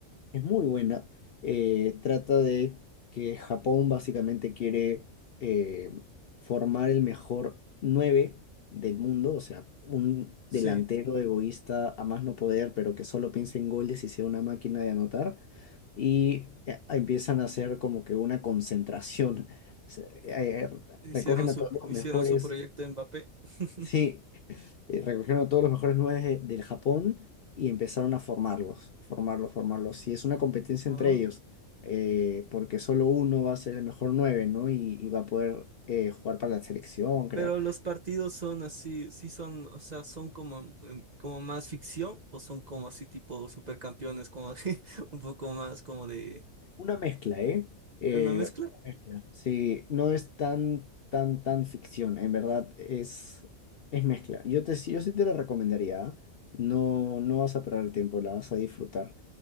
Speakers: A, on the left; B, on the right.
A: Es muy buena. Eh, trata de que Japón básicamente quiere eh, formar el mejor 9 del mundo, o sea, un
B: Sí,
A: delantero egoísta a más no poder, pero que solo piense en goles y sea una máquina de anotar. Y eh, empiezan a hacer como que una concentración. <laughs> Se- eh,
B: hicieron
A: recogen
B: su,
A: a todos los
B: hicieron
A: mejores.
B: su proyecto en Mbappé. <laughs>
A: Sí, eh, recogieron a todos los mejores nueve de- del Japón y empezaron a formarlos, formarlos, formarlos. Y es una competencia
B: Ah.
A: entre ellos, eh, porque solo uno va a ser el mejor nueve, ¿no? Y, y va a poder eh, jugar para la selección, creo.
B: Pero los partidos son así, sí son, o sea, son como, em, como más ficción o son como así tipo supercampeones, como de- <laughs> un poco más como de
A: Una mezcla, ¿eh? Eh,
B: una mezcla.
A: una mezcla. Sí, no es tan, tan, tan ficción, en verdad es, es mezcla. Yo, te, yo sí te la recomendaría, ¿ah? No, no vas a perder el tiempo, la vas a disfrutar.